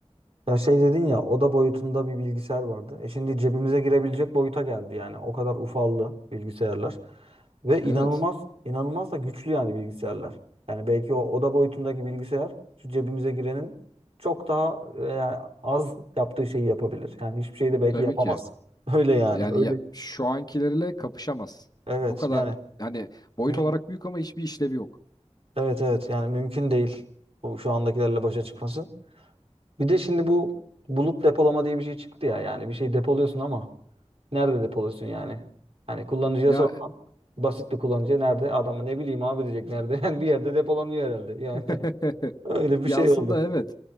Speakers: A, on the right; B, on the left.
A: Ya şey dedin ya oda boyutunda bir bilgisayar vardı. E şimdi cebimize girebilecek boyuta geldi yani. O kadar ufaldı bilgisayarlar. Ve inanılmaz,
B: Evet,
A: inanılmaz da güçlü yani bilgisayarlar. Yani belki o oda boyutundaki bilgisayar şu cebimize girenin çok daha e, yani az yaptığı şeyi yapabilir. Yani hiçbir şeyi de belki
B: tabii
A: yapamaz.
B: ki.
A: Öyle yani.
B: Yani
A: Öyle.
B: ya, şu ankilerle kapışamaz.
A: Evet
B: O kadar
A: yani.
B: hani boyut
A: müm-
B: olarak büyük ama hiçbir işlevi yok.
A: Evet evet yani mümkün değil. Bu şu andakilerle başa çıkması. Bir de şimdi bu bulut depolama diye bir şey çıktı ya. Yani bir şey depoluyorsun ama nerede depoluyorsun yani? Hani kullanıcıya
B: Ya
A: sorsan basit bir kullanıcı nerede? Adamı ne bileyim abi diyecek nerede? <laughs> Yani bir yerde depolanıyor herhalde. Yani
B: <laughs>
A: <laughs> öyle bir
B: Ya
A: şey
B: aslında
A: oldu.
B: evet.